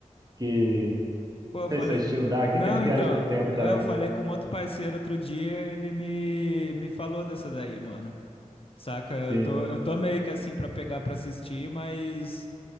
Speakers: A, on the right; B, on the left.
A: que.
B: Pô, eu falei.
A: Não sei se você assistiu o Dark,
B: Não,
A: que é de viagem
B: então,
A: do tempo
B: é,
A: também.
B: eu falei com outro parceiro outro dia, ele me, me falou dessa daí, mano. Saca? Eu
A: Sim.
B: tô, eu tô meio que assim pra pegar pra assistir, mas.